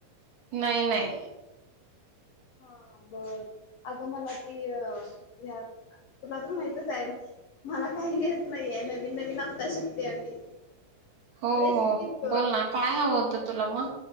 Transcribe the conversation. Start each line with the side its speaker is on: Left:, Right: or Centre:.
Right: नाही नाही
Left: हा बर अगं मला ती तुला तर माहितच आहे मला काही येत नाहीये नवीन नवीन आता शिकतेय आम्ही
Right: हो
Left: रेसिपीज
Right: हो
Left: ग
Right: बोल ना, काय हवं होतं? तुला म